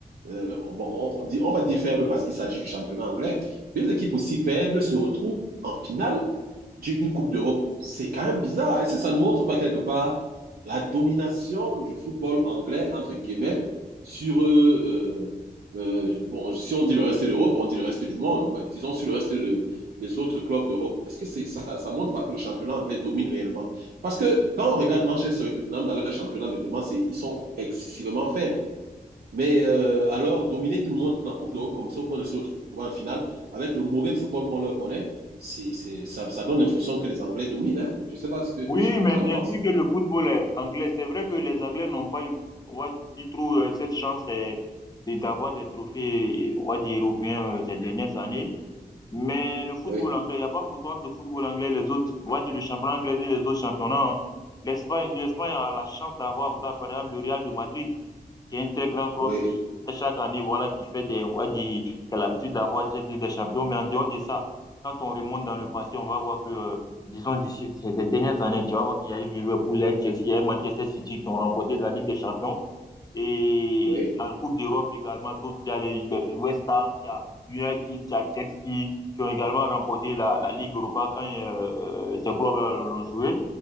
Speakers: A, on the right; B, on the left.
A: Euh, bon, on dit, on va dire faible parce qu'il s'agit du championnat anglais. Deux équipes aussi faibles se retrouvent en finale d'une Coupe d'Europe. C'est quand même bizarre. Est-ce que ça ne montre pas quelque part la domination du football anglais, entre guillemets, sur, euh, euh, euh, bon, si on dit le reste de l'Europe, on dit le reste du monde, Bah, disons sur le reste de- des autres clubs d'Europe. Est-ce que c'est, ça, ça montre pas que le championnat anglais domine réellement? Parce que quand on regarde Manchester et Tottenham dans leur championnat, mais vraiment, c'est, ils sont excessivement faibles. Mais euh, alors, dominer tout le monde en Coupe d'Europe, comme ça, au point de se retrouver en finale, avec le mauvais football qu'on leur connaît, c'est, c'est, ça, ça donne l'impression que les Anglais dominent. Hein. Je ne sais pas ce que
B: Oui,
A: tu
B: mais
A: t'en
B: bien
A: penses.
B: sûr que le football est anglais. C'est vrai que les Anglais n'ont pas eu, on va dire, trop, euh, cette chance euh, de- d'avoir des trophées, on va dire, européens euh, ces dernières années. Mais le football
A: Oui,
B: anglais, il n'y a pas photo entre le football anglais et les autres, on va dire, le championnat anglais et les autres championnats. hein. L'Espagne, l'Espagne a la chance d'avoir, d'avoir, par exemple, le Real de Madrid. qui est un très grand club
A: oui,
B: qui, chaque année, voilà, qui fait des, on va dire, qui a l'habitude d'avoir cette Ligue des Champions. Mais en dehors de ça, quand on remonte dans le passé, on va voir que, euh, disons, d'ici ces dernières années, tu vas voir qu'il y a eu Liverpool, il y a eu Chelsea, il y a eu Manchester City qui ont remporté la Ligue des Champions. Et
A: oui,
B: en Coupe d'Europe également, d'autres, il y a les, les West Ham, il y a United, il y a Chelsea, qui ont également remporté la, la Ligue Europa quand euh, euh, ces clubs l'ont joué.